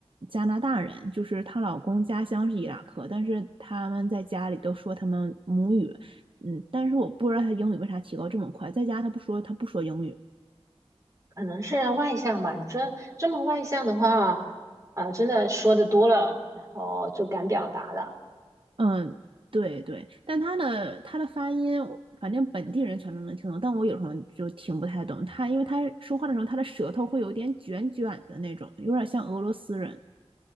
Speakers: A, on the right; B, on the right.
A: 加拿大人，就是她老公家乡是伊拉克，但是他们在家里都说他们母语，嗯，但是我不知道她英语为啥提高这么快，在家她不说，她不说英语，
B: 可能是外向吧。你说这么外向的话，啊、真的说的多了，然后就敢表达了。
A: 嗯，对对，但她的她的发音，我反正本地人全都能听懂，但我有时候就听不太懂她，因为她说话的时候，她的舌头会有点卷卷的那种，有点像俄罗斯人。